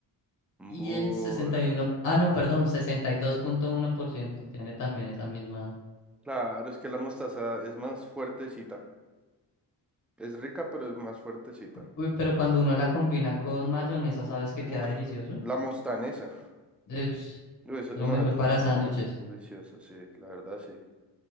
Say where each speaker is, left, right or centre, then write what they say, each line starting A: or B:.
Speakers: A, on the left (about 45°); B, in the centre.
A: Y
B: Bueno,
A: el sesenta y uno ah, no, perdón, sesenta y dos punto uno por ciento tiene también esa misma.
B: claro, es que la mostaza es más fuertecita. Es rica, pero es más fuertecita.
A: Uy, pero cuando uno la combina con mayonesa, ¿sabes que queda
B: Uf,
A: delicioso?
B: la mostanesa.
A: Es
B: Uy, eso-
A: lo
B: no,
A: mejor
B: la
A: para
B: Mustang
A: sándwiches.
B: es deliciosa, sí, la verdad, sí.